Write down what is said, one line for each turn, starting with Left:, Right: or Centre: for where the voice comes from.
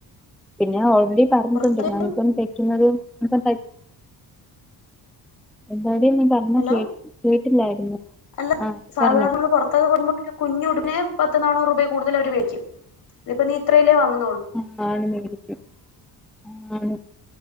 Centre: പിന്നെ ഓൾറെഡി പറഞ്ഞിട്ടുണ്ട്
Left: പുറത്ത്
Centre: ഞാനിപ്പം തെക്കുന്നത് <unintelligible> എടി നീ പറഞ്ഞ
Left: ഹലോ
Centre: കേ കേട്ടില്ലായിരുന്നു
Left: അല്ല
Centre: ആ
Left: സാധാരണ
Centre: പറഞ്ഞോ
Left: നമ്മള് പുറത്തൊക്കെ പോകുമ്പോ <inaudible> കുഞ്ഞു ഉടുനെ പത്ത് നാനൂറ് രൂപ കൂടുതൽ അവര് വേക്കും ഇതിപ്പ നീ ഇത്രയിലേ വാങ്ങ
Centre: അഹ് ആണ് <inaudible> അഹ് ണ്